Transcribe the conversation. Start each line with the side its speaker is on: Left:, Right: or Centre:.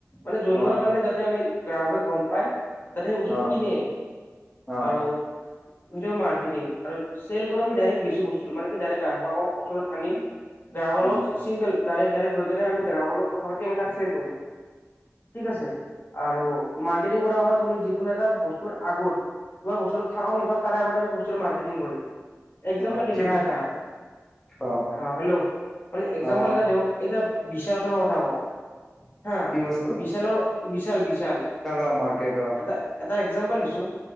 Left: মানে জনোৱাৰ
Centre: অ
Left: কাৰণে যাতে আমি- গ্ৰাহকে গম পায় যাতে সেই বস্তুতটো
Centre: অ
Left: কিনে
Centre: অ
Left: আৰু- সেইটোও মাৰ্কেটিং আৰু চেলচ কৰা মই ডাইৰেক্ট বেছো বস্তুটো কি মানে ডাইৰেক্ট গ্ৰাহকক ওচৰত আনিম- গ্ৰাহকৰ
Centre: উম
Left: লগত ছিংগল ডাইৰেক্ট ডাইৰেক্ট হৈ কেনে আমি গ্ৰাহকৰ লগত কথা পাতি আমি তাক চেল কৰিম। ঠিক আছে, আৰু মাৰ্কেটিং কৰা হয় তুমি যি- কোনো এটা বস্তুৰ আগত তোমাৰ বস্তুটো থাকক নথাকক তাৰে আগতে আমি বস্তুটো মাৰ্কেটিং কৰিম। একজাম্পল
Centre: অ
Left: দিলো
Centre: চিন
Left: হাঁ এটা
Centre: অ
Left: অঁ হেল্লৌ মানে একজাম্পল
Centre: অ
Left: এটা- এটা বিশালখনৰ কথা কওঁ। হা
Centre: কি বস্তু
Left: বিশালৰ বিশাল বিশাল,
Centre: অ মাৰ্কেট অ
Left: এটা এটা এক্জাম্পল দিছো।